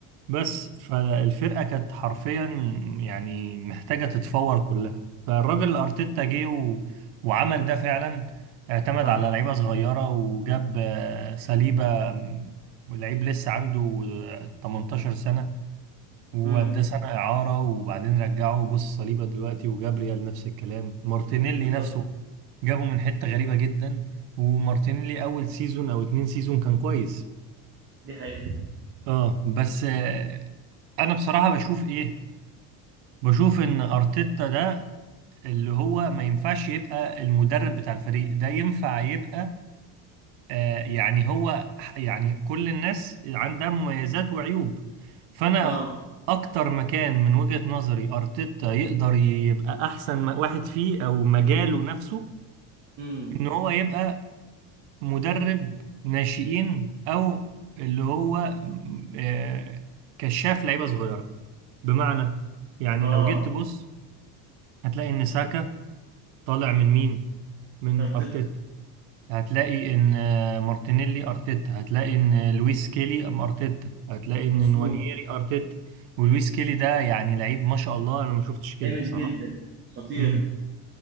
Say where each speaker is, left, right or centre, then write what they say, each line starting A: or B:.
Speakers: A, on the right; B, on the right.
A: بس فالفرقة كانت حرفيا يعني محتاجة تتفور كلها فالراجل أرتيتا جه و... وعمل ده فعلا اعتمد
B: صح
A: على لعيبة صغيرة وجاب آه، سليبة م، لعيب لسه عنده آه، 18 سنة وأداه
B: امم
A: سنة إعارة وبعدين رجعه بص صليبة دلوقتي وجابريال نفس الكلام مارتينيلي
B: بالظبط
A: نفسه جابه من حتة غريبة جدا ومارتينيلي أول سيزون أو اتنين سيزون كان كويس
B: دي حقيقة
A: اه بس آه، انا بصراحة بشوف ايه بشوف ان ارتيتا ده اللي هو ما ينفعش يبقى المدرب بتاع الفريق ده ينفع يبقى آه يعني هو ح- يعني كل الناس عندها مميزات وعيوب فانا
B: آه
A: اكتر مكان من وجهة نظري ارتيتا يقدر يبقى احسن م- واحد فيه او مجاله نفسه
B: امم
A: ان هو يبقى مدرب ناشئين او اللي هو م- آه كشاف لعيبة صغيرة بمعنى يعني
B: آه
A: لو جيت تبص هتلاقي ان ساكا طالع من مين؟ من
B: أرتيتا
A: ارتيتا هتلاقي ان مارتينيلي ارتيتا هتلاقي ان لويس كيلي ام ارتيتا هتلاقي ان
B: مظبوط
A: نوانييري ارتيتا ولويس كيلي ده يعني لعيب ما شاء الله انا ما شفتش كده
B: جامد
A: بصراحة
B: جدا خطير
A: امم